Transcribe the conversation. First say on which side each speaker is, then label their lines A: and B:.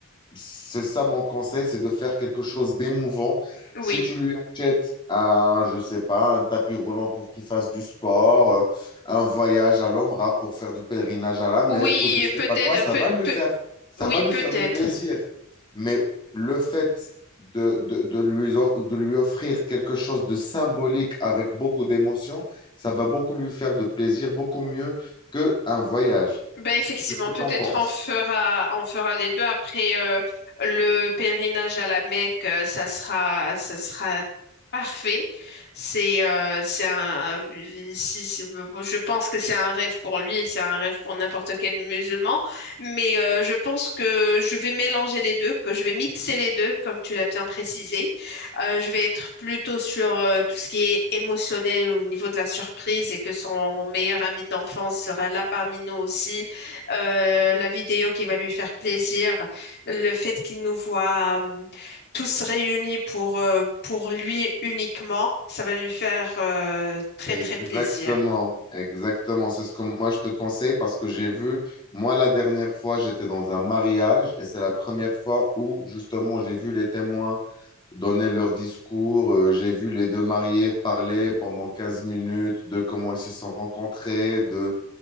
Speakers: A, on the left (about 25°); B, on the left (about 55°).
A: c'est ça mon conseil, c'est de faire quelque chose d'émouvant.
B: Oui,
A: Si tu lui achètes un, je sais pas, un tapis roulant pour qu'il fasse du sport, euh, un voyage à l'Omra pour faire du pèlerinage à la Mecque
B: oui,
A: ou je sais
B: peut-être,
A: pas quoi, ça
B: peut-
A: va lui
B: peut-
A: faire, ça
B: oui,
A: va lui
B: peut-être.
A: faire du plaisir. Mais le fait de, de, de lui, en- de lui offrir quelque chose de symbolique avec beaucoup d'émotion, ça va beaucoup lui faire de plaisir, beaucoup mieux qu'un voyage.
B: Ben effectivement,
A: Qu'est-ce que
B: peut-être
A: tu en penses?
B: on fera, on fera les deux. Après, euh, le pèlerinage à la Mecque, euh, ça sera, ça sera parfait. C'est, euh, c'est un, si- si- bon, je pense que c'est un rêve pour lui, et c'est un rêve pour n'importe quel musulman. Mais euh, je pense que je vais mélanger les deux, que je vais mixer les deux, comme tu l'as bien précisé. Euh, je vais être plutôt sur euh, tout ce qui est émotionnel au niveau de la surprise et que son meilleur ami d'enfance sera là parmi nous aussi euh, la vidéo qui va lui faire plaisir, le fait qu'il nous voit euh, tous réunis pour, euh, pour lui uniquement, ça va lui faire euh, très
A: Exactement,
B: très plaisir.
A: exactement. C'est ce que moi je te conseille parce que j'ai vu, moi la dernière fois, j'étais dans un mariage et c'est la première fois où justement j'ai vu les témoins donner leur discours, euh, j'ai vu les deux mariés parler pendant 15 minutes de comment ils se sont rencontrés, de